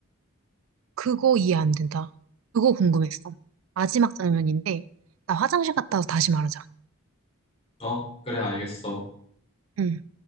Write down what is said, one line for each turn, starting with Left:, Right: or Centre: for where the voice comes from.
Right: 그거 이해 안 된다. 그거 궁금했어. 마지막 장면인데, 나 화장실 갔다 와서 다시 말하자.
Left: 어, 그래, 알겠어.
Right: 응.